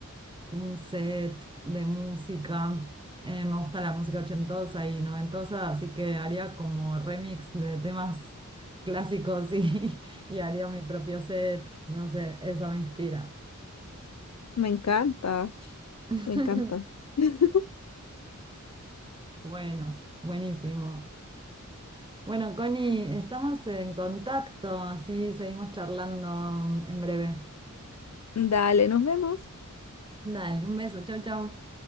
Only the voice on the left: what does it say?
me encanta,
me encanta. <laughs>
Dale, nos vemos.